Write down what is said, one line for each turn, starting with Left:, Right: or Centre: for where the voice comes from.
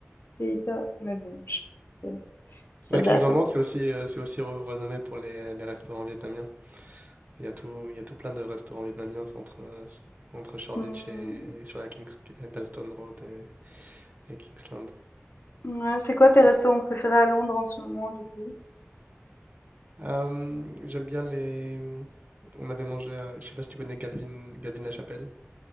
Left: C'est hyper... Mais bon, je sais pas, euh, ça
Right: Ouais,
Left: date
Right: Kings Landing,
Left: un
Right: c'est
Left: peu.
Right: aussi, euh, c'est aussi re- renommé pour les, les restaurants vietnamiens. Il y a tout, il y a tout plein de restaurants vietnamiens c'est entre, euh, s- entre Shoreditch
Left: Hum,
Right: et, et sur la Kings, Dalston Road et, et Kingsland.
Left: ouais, c'est quoi tes restaurants préférés à Londres en ce moment, du coup?
Right: Euh, j'aime bien les. On avait mangé à... Je sais pas si tu connais Galvin, Galvin La Chapelle.